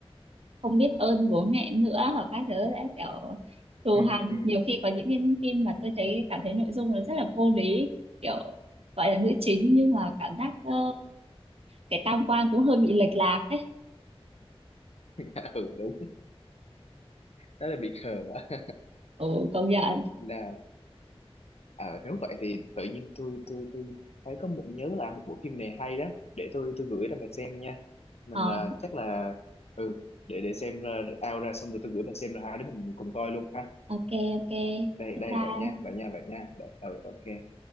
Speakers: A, on the right; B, on the left.
A: không biết ơn bố mẹ nữa hoặc các thứ đấy kiểu thù
B: ừ
A: hằn
B: ừ
A: nhiều khi có những cái phim mà tôi thấy cảm thấy nội dung nó rất là vô lý kiểu gọi là nữ chính nhưng mà cảm giác ờ, cái tam quan cũng hơi bị lệch lạc ấy
B: <laughs> ừ, đúng đó là bị khờ á
A: ừ, công nhận
B: <laughs> nè ờ nếu vậy thì tự nhiên tôi tôi tôi thấy có một nhớ là một bộ phim này hay lắm để tôi tôi gửi cho bà xem nha mình
A: Ờ,
B: ờ, chắc là ừ để để xem uh, out ra xong rồi tôi gửi bà xem rồi hai đứa mình cùng coi luôn ha
A: ok ok
B: đây
A: bye
B: đây
A: bye
B: vậy nha vậy nha vậy nha Đ- ừ ok